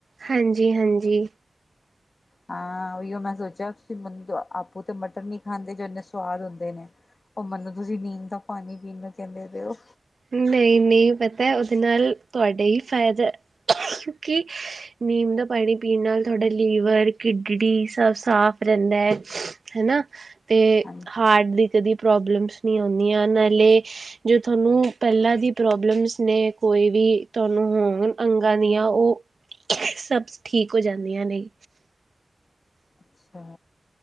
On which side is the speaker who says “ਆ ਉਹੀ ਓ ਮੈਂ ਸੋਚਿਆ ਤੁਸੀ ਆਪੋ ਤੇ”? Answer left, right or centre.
Left